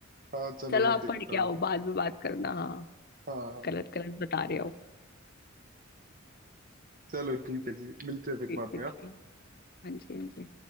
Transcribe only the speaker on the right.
हाँ चलो
मैं
देखता
हूँ
हाँ हाँ, हाँ।
चलो ठीक है जी मिलते हैं फिर
बाद
में हाँ?